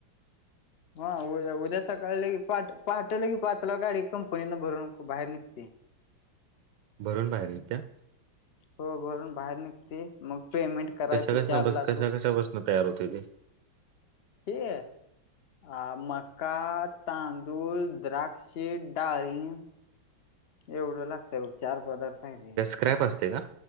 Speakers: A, on the left; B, on the right.
A: ह उद्या उद्या सकाळी लगी पहाट पहाट लगी पाचला गाडी कंपनीतनं भरून बाहेर निघते.
B: भरून बाहेर इत्या
A: हो भरून बाहेर निघते मग पेमेंट करायचं
B: कशा कशा
A: चार
B: बस
A: लाख
B: कशा
A: रुप
B: कशा बसन तयार होते ते
A: हे अ मका, तांदूळ, द्राक्ष, डाळीम एवढं लागतय चार पदार्थ आहे रे
B: क्रॅप असते का